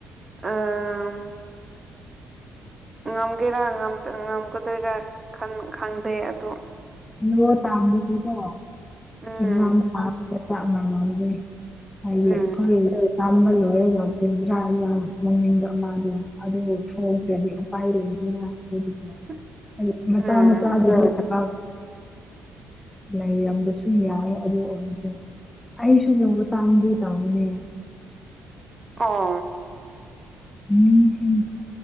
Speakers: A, on the right; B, on the left.
A: ꯑ ꯉꯝꯒꯦꯔꯥ ꯉꯝꯒꯗꯣꯏꯔꯥ ꯈꯪꯗꯦ ꯑꯗꯨꯗ
B: ꯂ ꯇꯥꯝꯕꯁꯨ ꯀꯣ
A: ꯎꯝ
B: ꯑꯦꯖꯝ ꯊ ꯇ ꯃꯅꯦ ꯑ
A: ꯎꯝ
B: ꯀꯣꯏ ꯇꯝꯕꯜ ꯑꯣꯏꯒ ꯀꯩꯗꯔꯥ ꯃꯃꯤꯡꯗꯣ ꯑꯃꯗꯣ ꯑꯗꯨ ꯊꯣꯡꯔꯗꯤ ꯎꯄꯥꯏ ꯂꯩꯗꯅ ꯑꯩꯈꯣꯏꯗꯁꯨ
A: <unintelligible>
B: ꯃꯆꯥꯥꯎ
A: ꯎꯝ
B: ꯃꯆꯥ ꯑꯗꯨ ꯊ ꯂꯩꯔꯝꯕꯁꯨ ꯌꯥꯏ ꯑꯗꯨ ꯑꯣꯏꯔꯁꯨ ꯑꯩꯁꯨꯨ ꯂꯧꯕ ꯇꯥꯡꯒꯦ ꯇꯕꯨꯅꯦ
A: ꯑꯣ
B: ꯃꯤꯁꯤꯡꯗ